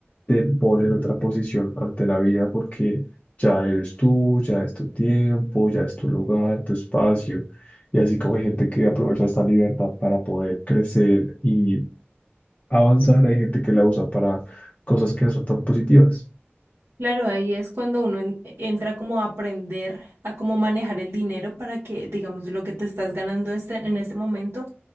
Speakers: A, on the left; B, on the right.
A: te pone en otra posición ante la vida porque ya eres tú, ya es tu tiempo, ya es tu lugar, tu espacio. Y así como hay gente que aprovecha esta libertad para poder crecer y avanzar, hay gente que la usa para cosas que no son tan positivas.
B: Claro, ahí es cuando uno en- entra como a aprender a cómo manejar el dinero para que, digamos, lo que te estás ganando este- en este momento